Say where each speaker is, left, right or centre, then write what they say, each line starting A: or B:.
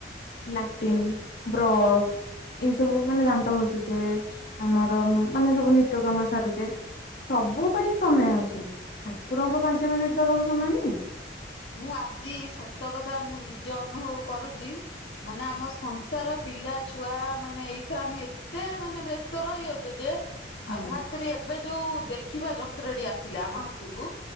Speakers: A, on the left; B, on the left.
A: ଲାଟିନ୍ ବ୍ରସ୍, ଏଇ ସବୁ ମାନେ ଦାନ୍ତ ଘଷୁ ଯେ ଆମର ମାନେ ସବୁ ନିତ୍ୟ କର୍ମ ସାରୁ ଚେ। ସବୁ ପାଇଁ ସମୟ ଅଛି, ଠାକୁରଙ୍କୁ
B: ଆଚ୍ଛା।
A: ପାଞ୍ଚ ମିନିଟ ଦବାକୁ ସମୟ ନାଇଁ।
B: ମୁଁ ଆଜି ସତ କଥା, ମୁଁ ନିଜେ ଅନୁଭବ କରୁଛି। ମାନେ ଆମ ସଂସାର ପିଲା ଛୁଆ ମାନେ ଏଇଥରେ ଆମେ ଏତେ ମାନେ ବେସ୍ତ ତ ରହିଯାଉଛ ଯେ,
A: ହୁଁ
B: ଆଉ ଖାସ କରି ଏବେ ଯୋଉ ଦେଖିବା ଯନ୍ତ୍ରଟି ଆସିଲା ଆମ ହାତୁକୁ